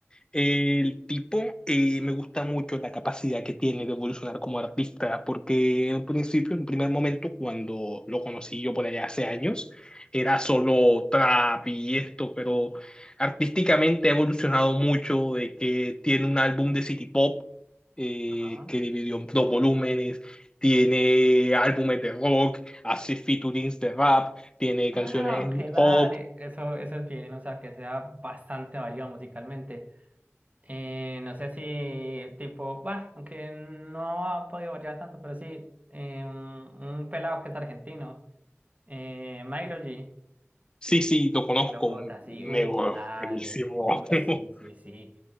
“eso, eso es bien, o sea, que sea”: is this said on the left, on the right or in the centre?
Right